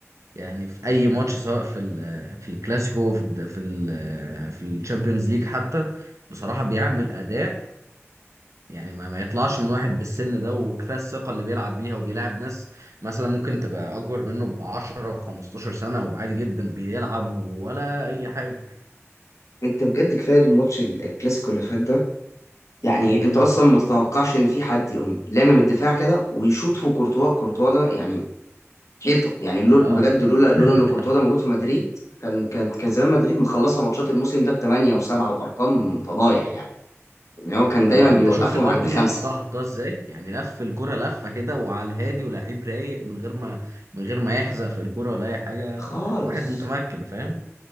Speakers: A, on the right; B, on the left.
A: يعني في اي ماتش سواء في ال- في الكلاسيكو في ال في ال في الشامبيونز ليج حتى بصراحة بيعمل أداء يعني ما, ما يطلعش من واحد بالسن ده وكفايه الثقه اللي بيلعب بيها وبيلعب ناس مثلا ممكن تبقى اكبر منه ب 10 و 15 سنه وعادي جدا بيلعب ولا اي حاجه
B: انت بجد كفاية الماتش ال- الكلاسيكو اللي فات ده يعني
A: امم
B: انت اصلا ما تتوقعش ان في حد يقوم لامم الدفاع كده ويشوط في كورتوا كورتوا ده يعني حيطة يعني لول
A: اه
B: بجد لولا
A: <laughs>
B: لولا ان كورتوا ده موجود في مدريد كان كان كان زمان مدريد مخلصة ماتشات الموسم ده بثمانية وسبعة وارقام فضايح يعني ان هو كان دايما
A: اه
B: بيوقفهم
A: انت شفت الار
B: عند
A: 2
B: خمسة
A: اللي حطها حطها ازاي يعني لف الكره لفه كده وعلى الهادي ولاعيب رايق من غير ما من غير ما يحزق في الكره ولا اي حاجه
B: خالص
A: واحد متمكن فاهم